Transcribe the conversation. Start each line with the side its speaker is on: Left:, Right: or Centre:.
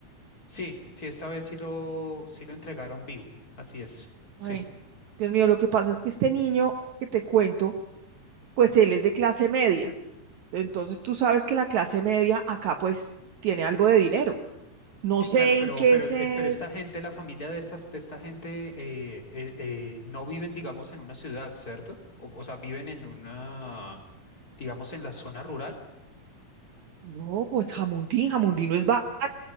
Left: Sí, sí, esta vez sí lo, sí lo entregaron vivo, así es. Sí,
Right: Ay, Dios mío, lo que pasa es que este niño que te cuento, pues él es de clase media. Entonces tú sabes que la clase media acá pues tiene algo de dinero. No
Left: sí,
Right: sé
Left: claro, pero,
Right: en qué
Left: pero,
Right: se...
Left: es- pero esta gente, la familia de estas, de esta gente, eh, eh, eh, no viven, digamos, en una ciudad, ¿cierto? O, o sea, viven en una, digamos, en la zona rural.
Right: No, pues Jamundí, Jamundí no es valle,